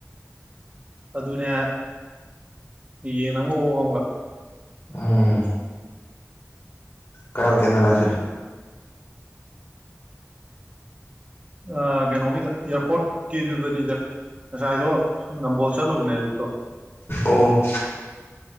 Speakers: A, on the right (about 25°); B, on the left (about 55°).
A: ꯑꯗꯨꯅꯦ ꯌꯦꯟ ꯑꯉꯧꯕ ꯑꯃꯒ
B: ꯎꯝ ꯀꯥꯏ ꯍꯣꯇꯀꯜꯗꯅꯣ ꯍꯥꯏꯁꯦ
A: ꯑ ꯀꯩꯅꯣꯒꯤꯗ ꯑꯦꯌꯥꯔꯄꯣꯔꯠꯀꯤꯗꯨꯗꯅꯤꯗ ꯉꯁꯥꯏꯗꯣ ꯁꯨꯝ ꯅꯝꯕꯣꯜ ꯆꯠꯂꯨꯕꯅꯦ ꯑꯌꯨꯛꯇꯣ
B: ꯑꯣ